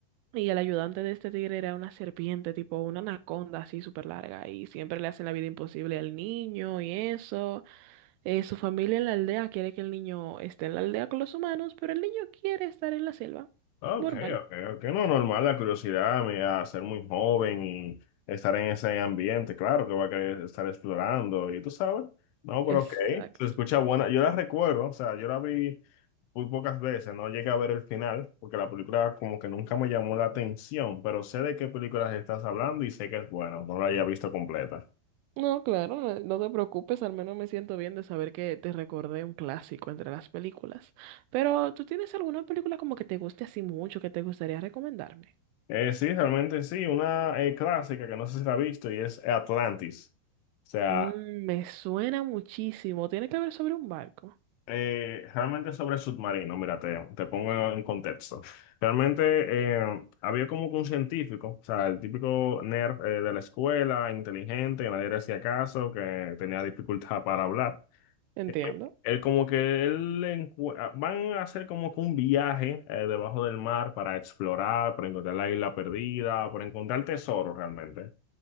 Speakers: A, on the right; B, on the left.
A: Y el ayudante de este tigre era una serpiente, tipo una anaconda así súper larga. Y siempre le hacen la vida imposible al niño y eso. Eh, su familia en la aldea quiere que el niño esté en la aldea con los humanos, pero el niño quiere estar en la selva.
B: Ok,
A: Normal.
B: ok, ok. No, normal, la curiosidad me a ser muy joven y estar en ese ambiente, claro que va a querer estar explorando y tú sabes. No, pero
A: Exacto.
B: ok, se escucha buena. Yo la recuerdo, o sea, yo la vi muy pocas veces, no llegué a ver el final, porque la película como que nunca me llamó la atención, pero sé de qué películas estás hablando y sé que es buena, no la haya visto completa.
A: No, claro, no, no te preocupes, al menos me siento bien de saber que te recordé un clásico entre las películas. Pero, ¿tú tienes alguna película como que te guste así mucho, que te gustaría recomendarme?
B: Eh, sí, realmente sí, una eh, clásica que no sé si la has visto y es Atlantis. O sea,
A: Mm, me suena muchísimo. Tiene que ver sobre un barco.
B: Eh, realmente sobre el submarino, mira, te, te pongo en contexto. Realmente eh, había como que un científico, o sea, el típico nerd eh, de la escuela, inteligente, que nadie le hacía caso, que tenía dificultad <laughs> para hablar.
A: Entiendo.
B: Eh, él como que él encu- van a hacer como que un viaje eh, debajo del mar para explorar, para encontrar la isla perdida, para encontrar tesoro realmente.